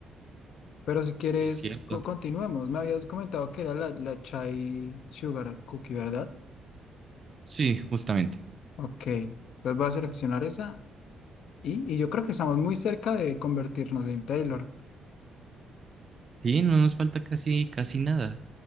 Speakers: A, on the left; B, on the right.
A: Pero si quieres,
B: Sí, cierto.
A: co- continuemos. Me habías comentado que era la, la Chai Sugar Cookie, ¿verdad?
B: Sí, justamente.
A: Ok, entonces voy a seleccionar esa y, y yo creo que estamos muy cerca de convertirnos en Taylor.
B: Sí, no nos falta casi, casi nada.